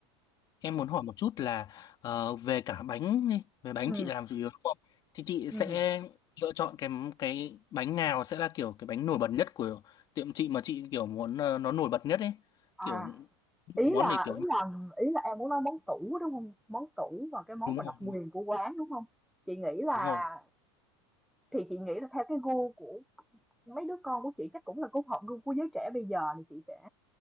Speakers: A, on the left (about 25°); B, in the centre.
A: Em muốn hỏi một chút là ờ, về cả bánh đi, về bánh
B: Ừ.
A: chị làm chủ yếu đúng không? Thì chị
B: Ừ.
A: sẽ lựa chọn cái cái bánh nào sẽ là kiểu cái bánh nổi bật nhất của tiệm chị mà chị kiểu muốn ờ, nó nổi bật nhất ấy,
B: à.
A: kiểu cái
B: Ý
A: món
B: là
A: này kiểu
B: ý là ý là em muốn nói món tủ, đúng không Món tủ và cái món
A: đúng
B: mà độc
A: rồi,
B: quyền của quán, đúng không Chị nghĩ là
A: đúng rồi.
B: thì chị nghĩ là theo cái gu của mấy đứa con của chị chắc cũng là cũng hợp gu của giới trẻ bây giờ thì chị sẽ